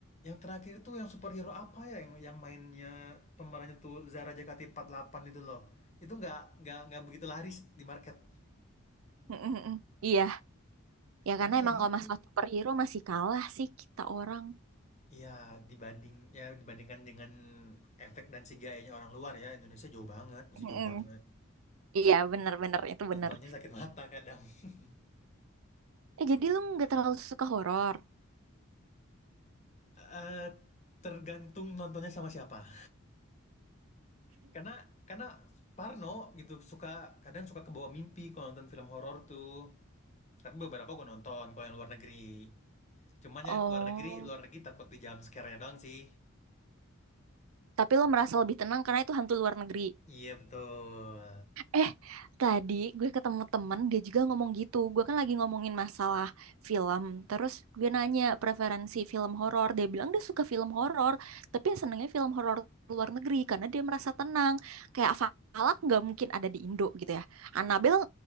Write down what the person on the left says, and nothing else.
Yang terakhir tuh yang superhero apa ya yang yang mainnya pemerannya tuh Zara Jakati 48 itu loh. Itu nggak nggak nggak begitu laris di market.
Karena
ya gitu.
Iya, dibanding ya dibandingkan dengan efek dan CGI-nya orang luar ya, Indonesia jauh banget, masih
jauh banget.
Nontonnya
sakit mata kadang. <laughs>
Eh, tergantung nontonnya sama siapa. Karena karena Parno gitu suka kadang suka kebawa mimpi kalau nonton film horor tuh. Tapi beberapa gue nonton kalau yang luar negeri. Cuman
yang luar negeri, luar
negeri takut di jump scare-nya doang sih.
Iya betul.